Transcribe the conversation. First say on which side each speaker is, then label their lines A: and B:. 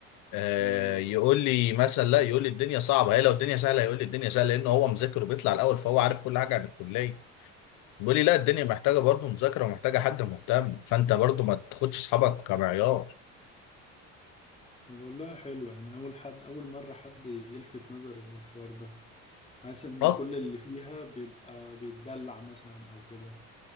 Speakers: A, on the left; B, on the left.
A: آه
B: اه
A: يقول لي مثلا لا يقول لي الدنيا صعبة هي لو الدنيا سهلة يقول لي الدنيا سهلة لأنه هو مذاكر وبيطلع الأول فهو عارف كل حاجة عن الكلية بيقول لي لا الدنيا محتاجه برضه مذاكره ومحتاجه حد مهتم فانت برضه ما تاخدش اصحابك كمعيار
B: طب والله حلو يعني أول حد أول مرة حد يلفت نظري للحوار ده حاسس ان
A: اه
B: كل اللي فيها بيبقى بيتدلع مثلا او كده